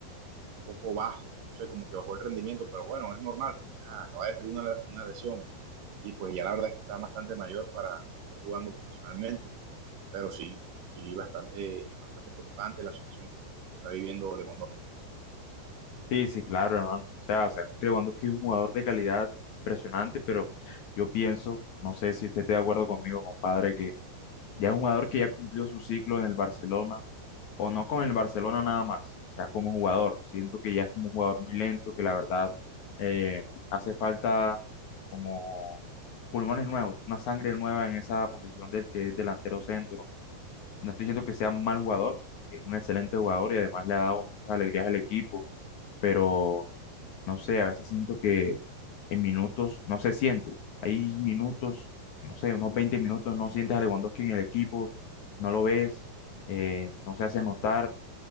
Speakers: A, on the right; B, on the left.
A: un poco bajo, no sé, como que bajó el rendimiento, pero bueno, es normal porque ajá, acaba de salir una, una, lesión, y pues ya la verdad es que está bastante mayor para, para estar jugando profesionalmente, pero sí, sí, bastante, bastante preocupante la situación que, que está viviendo Lewandowski.
B: Sí, sí, claro, hermano. O sea, sabemos que Lewandowski es un jugador de calidad impresionante, pero yo pienso, no sé si usted está de acuerdo conmigo, compadre, que Ya es un jugador que ya cumplió su ciclo en el Barcelona, o no con el Barcelona nada más, o sea, como jugador. Siento que ya es como un jugador muy lento, que la verdad eh, hace falta como pulmones nuevos, una sangre nueva en esa posición del que es delantero centro. No estoy diciendo que sea un mal jugador, que es un excelente jugador y además le ha dado muchas alegrías al equipo, pero no sé, a veces siento que en minutos no se siente. Hay minutos, no sé, unos 20 minutos no sientes a Lewandowski en el equipo, no lo ves, eh, no se hace notar